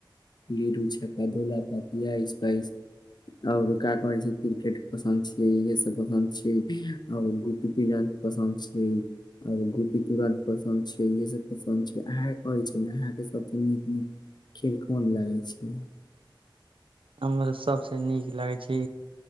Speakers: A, on the left; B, on the right.
A: ludo. जे बतौला त इआइस पाइस। आऔर का कहै छी किरकेट पसन्द छियै इहे सब पसन्द छियै। और गोपी के घर पसन्द छियै आओर गोपी तुरंत पस इेहे सब पसंद छै। अहाँक कहै छी ने अहाँके सबसँ नीक नीक खेल कोन लागै छै?
B: हमरा सभसँ नीक लागै छै।